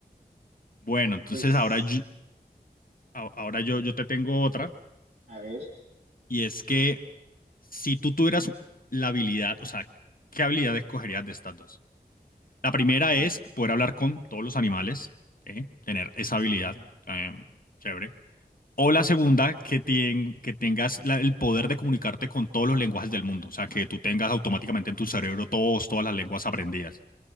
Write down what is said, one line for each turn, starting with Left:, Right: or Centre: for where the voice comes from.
Left: Bueno, entonces
Right: Pues,
Left: ahora yo, a- ahora yo, yo te tengo otra
Right: a ver,
Left: y es que si tú tuvieras la habilidad, o sea, ¿qué habilidad escogerías de estas dos? La primera
Right: ujú.
Left: es poder hablar con todos los animales, ¿sí? tener esa habilidad eh, chévere. O la segunda, que, tien- que tengas la- el poder de comunicarte con todos los lenguajes del mundo, o sea, que tú tengas automáticamente en tu cerebro todos, todas las lenguas aprendidas.